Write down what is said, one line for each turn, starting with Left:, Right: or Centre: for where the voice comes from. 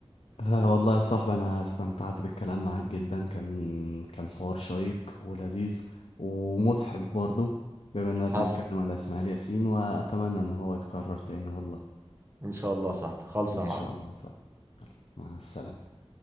Left: آه والله يا صاحبي انا استمتعت بالكلام معاك جدا كان كان حوار شيق ولذيذ ومضحك برضه بما اننا
Right: حصل
Left: بنتكلم على اسماعيل ياسين واتمنى ان هو يتكرر تاني والله
Right: ان شاء الله صح خالص
Left: ان
Right: يا معلم
Left: شاء الله يا صاحبي مع السلامة